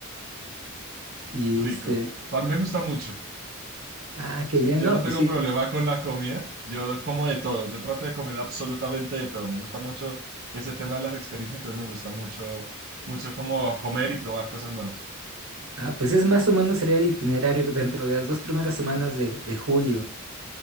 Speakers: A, on the right; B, on the right.
A: Y
B: rico.
A: este,
B: A mí me gusta mucho.
A: ah, qué bien,
B: Yo yo
A: no,
B: no
A: pues
B: tengo
A: sí.
B: problema con la comida, yo como de todo, yo trato de comer absolutamente de todo. Me gusta mucho ese tema de las experiencias, entonces me gusta mucho, mucho como comer y probar cosas nuevas.
A: Ah, pues es más o menos sería el itinerario dentro de las dos primeras semanas de, de julio.